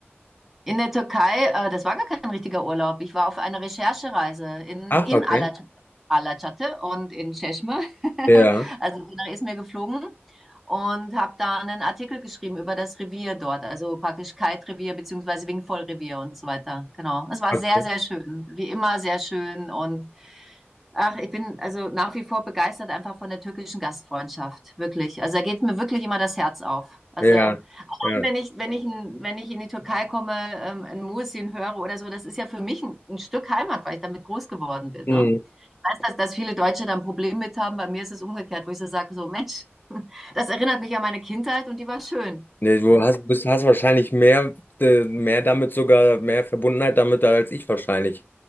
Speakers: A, in the centre; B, on the left.
A: In der Türkei, äh, das war gar kein richtiger Urlaub. Ich war auf einer Recherchereise in,
B: Ach,
A: in
B: okay.
A: Alacate, Alacate und in Çeşme. <laughs>
B: Ja,
A: Also bin nach Izmir geflogen und habe da einen Artikel geschrieben über das Revier dort, also praktisch Kite-Revier beziehungsweise Wingfoil-Revier und so weiter. Genau. Es war
B: okay.
A: sehr, sehr schön. Wie immer sehr schön und Ach, ich bin also nach wie vor begeistert einfach von der türkischen Gastfreundschaft, wirklich. Also da geht mir wirklich immer das Herz auf. Also
B: Ja, ja.
A: wenn ich, wenn ich, wenn ich in die Türkei komme, ähm, ein Muezzin höre oder so, das ist ja für mich ein, ein Stück Heimat, weil ich damit groß geworden bin.
B: Mhm.
A: Ne? Ich weiß, dass, dass viele Deutsche da ein Problem mit haben. Bei mir ist es umgekehrt, wo ich so sage, so Mensch, <laughs> das erinnert mich an meine Kindheit und die war schön.
B: Ne, du hast, bist, hast wahrscheinlich mehr, äh, mehr damit sogar, mehr Verbundenheit damit als ich wahrscheinlich.